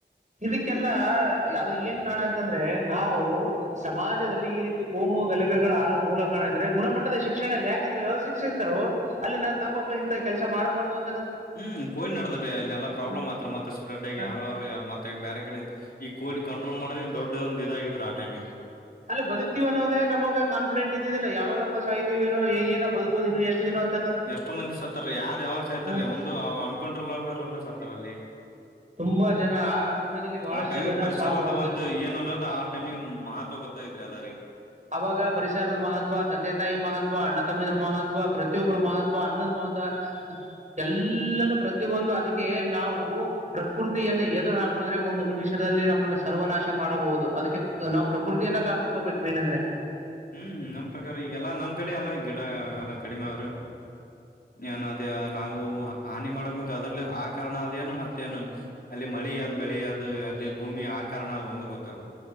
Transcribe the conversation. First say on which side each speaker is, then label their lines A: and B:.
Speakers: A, on the right (about 45°); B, on the left (about 55°).
A: ಇದಕ್ಕೆಲ್ಲ ಅದು ಏನ್ ಕಾರಣ ಅಂತಂದ್ರೆ ನಾವು ಸಮಾಜದಲ್ಲಿ ಈ ರೀತಿ ಕೋಮು ಗಲಭೆಗಳ ಆಾಲ ಮೂಲಕಣ ಅಂದ್ರೆ ಗುಣಮಟ್ಟದ ಶಿಕ್ಷಣಲ್ಲ ಯಾಕಂದ್ರೆ ಶಿಕ್ಷಕಿತರು ಅಲ್ಲಿ ನಾನ್ ತಪ್ಪಪ್ಪ ಇಂತ ಕೆಲಸ ಮಾಡಬಾರದು ಅಂತ
B: ಹ್ಮ್ ಕವಿಡ್ ನಡದ ರೀ ಅಲ್ಲಿಲ್ಲಾ ಪ್ರಾಬ್ಲಮ್
A: ಹ,
B: ಆತ್ ಮತ್ ಸ್ಪ್ರೆಡ್ ಆಗಿ
A: ಹ.
B: ಹಲವ ಮತ್ತ ಬೇರೆ ಕಡೆ ಈ ಕೋವಿಡ್ ಕಂಟ್ರೋಲ್ ಮಾಡೋ್ರೆ ದೊಡ್ಡದ ಒಂದು ಇದಗಿದ ಆ ಟೈಮಿಗೆ
A: ಅಲ್ಲ ಬದುಕ್ತಿೀವಿ ಅನ್ನೋದ ನಮಗ ಕಾಫಿಡೆಂಟ್ ಇದ್ದಿದಿಲ್ಲ ಯಾವಾಗಪ್ಪ ಸಾಯ ಇದ್ದೀವೇನೋ ಏನೋ ಬದುಕೋದನು ಎಷ್ಟು ದಿನೋ ಅ
B: ಎಷ್ಟೋ ಮಂದಿ ಸತ್ತಾರ ರೀ ಯಾರು ಯಾವಾಗ ಸಾಯ್ತಾರೆ
A: ಹ.
B: ರೀ ಒಂದು ಅನ್ಕೌಂಟ್ರಲ್ ಆರ್ತಾರಲ್ಲ ಸತ್ತಾರ ಅಲ್ಲಿ
A: ತುಂಬಾ ಜನ ಆ ಆ ಸಮಯದಲ್ಲಿ ಬಹಳಷ್ಟು
B: ಆ ಟೈಮಿಗ್್
A: ಜನ
B: ಪರಿಸರದ
A: ಸಾವು ನೋಡುತ್ತೆ
B: ಒಂದು ಏನನ್ನೋದು ಆ ಟೈಮಿ್ ಮಹತ್ವ ಬರ್ತ ಇದ್ರ ಅ ರೀ
A: ಅವಾಗ ಪರಿಸರದ ಮಹತ್ವ ತಂದೆ ತಾಯಿ ಮಹತ್ವ ಅಣ್ಣ ತಮ್ಮಿದ್ರ ಮಹತ್ವ ಪ್ರತಿಯೊಬ್ಬರ ಮಹತ್ವ ಅನ್ನದ ಮಹತ್ವ ಎಲ್ಲನುೂ ಪ್ರತಿ ಒಂದು ಅದಕ್ಕೆ ನಾವು ಪ್ರಕೃತಿಯನ್ನು ಎದುರು ಹಾಕೊಂಡಿದ್ರೆ ಒಂದು ನಿಮಿಷದಲ್ಲಿ ನಮ್ಮನ್ನು ಸರ್ವನಾಶ ಮಾಡಬಹುದು ಅದಕ್ಕೆ ನಾ್ ಪ್ರಕೃತಿಯನ್ನ ಕಾಪಾಡ್ಕೋಬೇಕು ಮೇನ್ ಅಂದ್ರೆ
B: ಹ್ಮ್ ನಮ್ ಪ್ರಕಾರ ಈಗೆಲ್ಲಾ ನಮ್ ಕಡೆ ಎಲ್ಲ ಗಿಡ ಎಲ್ಲಾ ಕಡಿಮೆ ಅವ್ರ ಏನ್ ಅದ ನಾವು ಹಾನಿ ಮಾಡಕ್ ಕುಂಂತು ಅದ್ರಲ್ಲಿ ಆ ಕಾರಣ ಅದೇಏನು ಮತ್ತೇನು ಅಲ್ಲಿ ಮಳಿ ಅ್ದ್ ಬೆಳಿ ಅ್ ಅದೇ ಭೂಮಿ ಆಕಾರರಣ ಅದು ಒಂದು ಗೊತ್ತಲ್